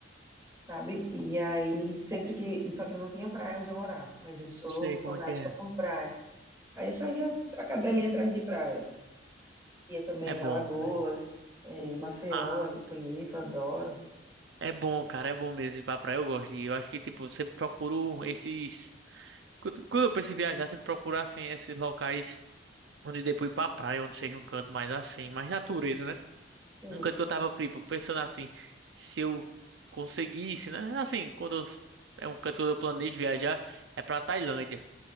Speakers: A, on the right; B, on the right.
A: sabe? E aí, sempre que... Só que não tinha praia onde eu morava, mas eu sou
B: sei
A: fanática
B: como é que é.
A: por praia. Aí saía a cadelinha atrás de praia. Ia também
B: É bom,
A: em Alagoas,
B: velho.
A: eh, Maceió,
B: Ah,
A: ali conheço, adoro.
B: é bom, cara, é bom mesmo ir pra praia. Eu gosto de ir. Eu acho que, tipo, eu sempre procuro esses. Quando quando eu penso em viajar, sempre procuro, assim, esses locais onde depois ir pra praia, onde seja um canto mais assim, mais natureza, né?
A: Sim.
B: Um canto que eu tava, tipo, pensando assim, se eu conseguisse, né? Assim, quando eu- é um canto que eu planejo viajar, é pra Tailândia.